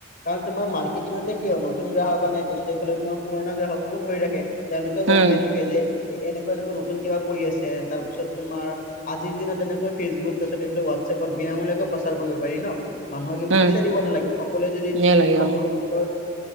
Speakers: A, on the left; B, on the right.
A: কাৰণ তোমাৰ মাৰ্কেটিংটে কি হয় নতুন গ্ৰাহক- কাৰণে তাৰপাছত এইফালে তোমাৰ পুৰণা গ্ৰাহকো ধৰি ৰাখে তেওঁলোকেও
B: উম,
A: গম পাই থাকে যে- এনেকুৱা এনেকুৱা নতুন কিবা কৰি আছে তাৰ পিছত তোমাৰ- আজিৰ দিনত যেনেকৈ ফেচবুক তাৰিছত এইফালে হোৱাটছএপত বিনামূলীয়াকৈ প্ৰচাৰ কৰিব পাৰি ন'। মানুহক একো
B: উম,
A: পইচা দিব নালাগে, সকলোৱে যদি
B: ধুনীয়া
A: তুমি
B: লাগে
A: সকলো
B: অ',
A: নিজৰ-